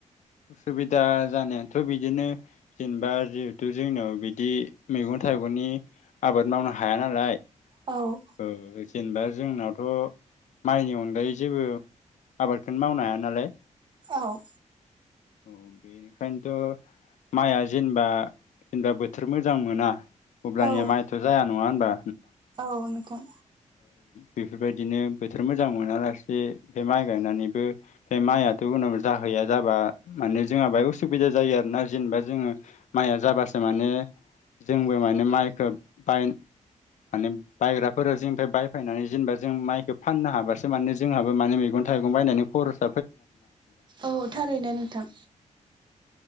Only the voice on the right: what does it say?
औ
औ
औ
औ नों थां
औ थारैनो नोंथां।